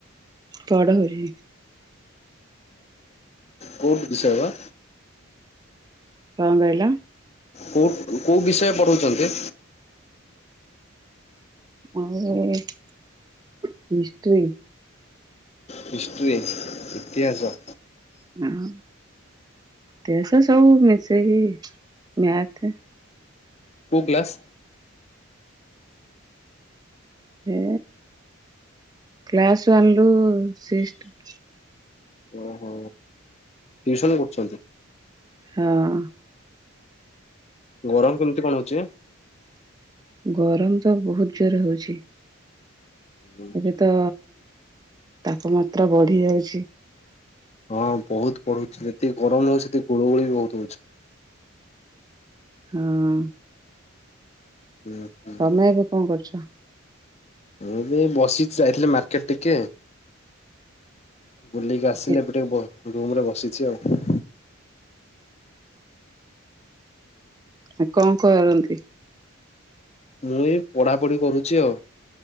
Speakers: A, on the right; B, on the left.
A: ପଢ଼ଉଛି
B: କୋର୍ଟ ବିୟବ
A: କଣ ହକହିଲ?
B: କେଉଁ ବିଷୟ ପଢ଼ାଉଛନ୍ତି
A: ଆ ହିଷ୍ଟ୍ରି-
B: ହିଷ୍ଟ୍ରି ଇତିହାସ
A: ହଁ ତସ ସ ହବ ମି ସେଇ ମ୍ୟାଥ
B: କୋଉ କ୍ଲାସ
A: ଏ କ୍ଲାସ୍ ୱାନ ରୁ ସିକ୍ସ
B: ଓହୋ। ଟିଉସନ କରୁଛନ୍ତି।
A: ହଁ
B: ଗରମ କେମିତି କଣ ହଉଛି।
A: ଗରମ ତ ବହୁତ ଜୋର ହଉଛି।
B: ହୁଁ।
A: ଏବେ ତ ତାପମାତ୍ରା ବଢି ଯାଉଛି।
B: ହଁ ବହୁତ ପଡୁଛି ଯେତିକି ଗରମ ନହଉଚି ସେତିକି ଗୁଳୁଗୁଳି ବି ବହୁତ ହଉଛି।
A: ହଁ
B: ହୁଁ ହୁଁ।
A: ତମେ ଏବେ କଣ କରୁଛ?
B: ମୁଁ ବି ବସିିଚି ଯାଇଥିଲି ମାର୍କେଟ ଟିକେ ବୁଲିକି ଆସିଲେ
A: କି
B: ଏବେ ଟିକେ ବସିଚି ରୁମ ରେ ବସିଛି ଆଉ
A: ହଁ କଣ କରନ୍ତି?
B: ମୁଁ ଏଇ ପଢାପଢି କରୁଛି ଆଉ।